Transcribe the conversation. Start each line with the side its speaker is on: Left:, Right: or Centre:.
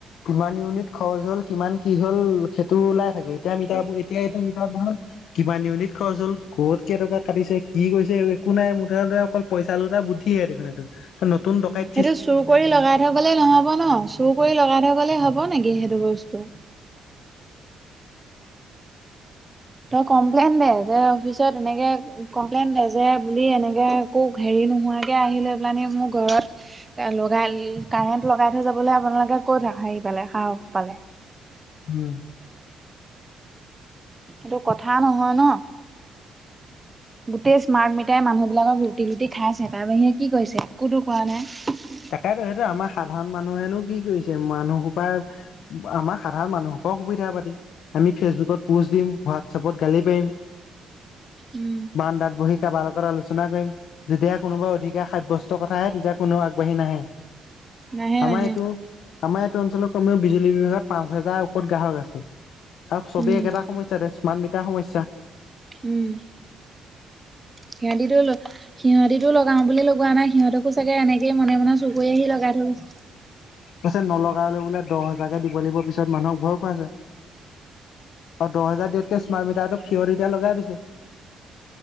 Left: কিমান ইউনিট খৰচ হল কিমান কি হল সেইটো ওলাই থাকে এতিয়া মিটাৰোৰ এতিয়া এইটো মিটাৰ দেখখন কিমান ইউনিট খৰচ হল ক'ত কেইটকা কাটিছে কি কৰিছে একো নাই মুঠতে অকল পইচালোতা এটা বুদ্ধিয়ে দেখোন সেইটো নতুন দকাইত।
Right: সেইটো চুৰ কৰি লগাই থৈ গ'লে নহব ন। চুৰ কৰি লগাই থৈ গ'লে হব নেকি সেইটো বস্তু তই কমপ্লেইন দে, যে অফিচত এনেকে কমপ্লেইন দে যে বুলি এনেকে কো হেৰি নোহোৱাকে আহি লৈ পেলানি মো ঘৰত এ লগাই কাৰেণ্ট লগাই থৈ যাবলে আপোনালোকে ক'ত হেৰি পালে, সাহস পালে?
Left: উম।
Right: সেইটো কথা নহয় ন'। গোটেই স্মাৰ্ট মিটাৰে মানুহ বিলাকক লোটি লোটি খাইছে তাৰ বাহিৰে কি কৰিছে একোতো কৰা নাই।
Left: তাকেতো সেইটো আমাৰ সাধাৰণ মানুহেনো কি কৰিছে মানুসোপাৰ আমাৰ সাধাৰণ মানুহ সোপাঁও সুবিধাবাদি। আমি ফেচবুকত পোষ্ট দিম, হোৱাটছআপত গালি পাৰিম।
Right: উম।
Left: বাৰান্দাত বহি কাৰবাৰ লগত আলোচনা কৰিম। যেতিয়া কোনোবা অধিকাৰ সাব্যস্ত কথা আহে তেতিয়া কোনেও আগ বাঢ়ি নাহে,
Right: নাহে
Left: আমাৰ
Right: নাহে
Left: এইটো আমাৰ এইটো অঞ্চলৰ কমেও বিজুলী বিভাগত পাঁচ হাজাৰৰ ওপৰত গ্ৰাহক আছে। চাওক চবেই
Right: উম
Left: একেটা সমস্যা তে স্মৰ্ট মিটাৰ সমস্যা।
Right: উম সিঁহতিতো সিঁহতিতো লগাও বুলিয়ে লগোৱা নাই, সিহঁতক ও চাগে এনেকেই মনে মানে চুৰ কৰি আহি লগা থৈ গৈছে।
Left: পাছে নলগালে বোলে দহ হাজাৰকে দিব লাগিব, পিছত মানুহক ভয় খুৱাইছে। অঁ দহ হাজাৰ দিয়াতকে স্মাৰ্ট মিটাৰটো ফিয়ৰ এতিয়া লগাই দিছে।